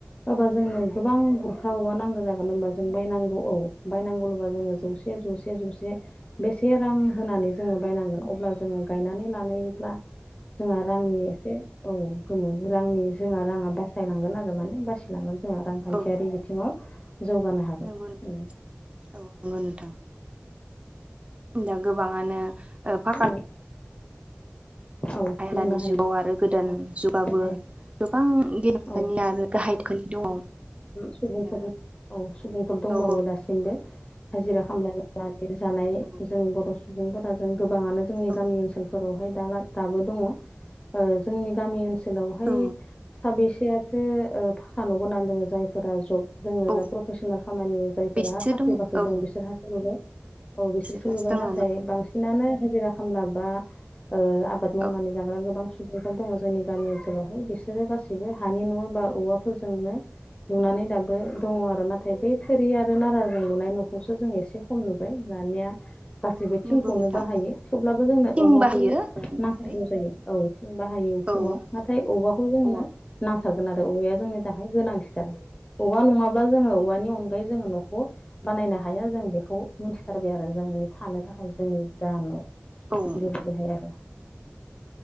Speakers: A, on the left (about 25°); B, on the right (about 30°).
A: हबा जोंनो गोबां बुर खा औवा नांगौ जागोन होनोमबा जों बायनांगौ औ बायनांगौ ल'बा जोङो
B: नंगौ
A: जौसे जौसे जसे बेसे रां होनानै जोङो बायनांगोन अब्ला जोङो गायनानै लानायब्ला जों आरो आंनि औ गोमो रांनि जोंहा राङा बासायलांगोन आरो माने बसिायलांगोन। जोंहा रांखान्थियारि
B: औ
A: बिथिङाव जौगानो हागोन
B: नंगौ औ नंगौ नोंथां दा गोबाङानो ओ फाकान
A: औ औ
B: आायदानि
A: लुनो हाया
B: जुगाव आरो गोदान
A: औ लुनो
B: जुगाबो
A: हाया
B: गोबां गेहखोनि
A: औ लुनो
B: आरो गाहायखोनि
A: हाया
B: दङ।
A: सुबुंफोर
B: दा
A: औ सुबुंफोर दंबावो
B: गाव
A: दासिमबो हाजिरा खामलानानै जानाय
B: गाव
A: जों बर' सुबुंफोरा गोबाङनो जोंनि
B: औ
A: गामि ओनसोलफोरावहाया दाबो दङ ओ जोंनि गामि ओनोल ओनसोलावहाय
B: औ
A: साबेसेआथो फाखान' गोनां दङ जायफोरा जब जोङो
B: औ
A: जा प्रफेसनेल खामानि जायफोरा
B: बिसोर
A: साख्रि
B: दङ
A: बाख्रि
B: औ
A: दं बिसोरहासो लुबाय। औ बिसोरसो
B: बिसोरहासो
A: लुबाय
B: दङ
A: नाथाय
B: नंगौ नोंथां
A: बांसिनानो हाजिरा खामला बा ओ आबाद मावनानै
B: औ
A: जाग्रा गोबां खाल दङ जोंनि गामि ओनसोलावहाय बिसोरो गासैबो हानि न' बा औवाफोरजोंनो नुनानै दाबो
B: औ
A: दङ आरो नाथाय बे थोरि आरो नाराजों लुनाय न'खौसो जों एसे खम नुबाय दानिया गासैबो थिंखौनो
B: नंगौ नोंथां
A: बाहायो थेवब्लाबो जोंना
B: थिं
A: औवाखौ
B: बाहायो औ नाथाय
A: जायो औथिं बाहायो उखुमाव
B: औ नंगौ
A: नाथाय
B: नोंथां
A: औवाखौ जोंनो
B: औवाखौ
A: नांथारगौ औवाया जोंनि थाखाय गोनांथिथार औवा नङाब्ला जोङो औवानि अनगायै जोङो न'खौ बानायनो हाया जों बेखौ मिथिथारबाय आरो जों थानो थाखाय जोंनि जा न'
B: औ
A: बेबायदिहाय आरो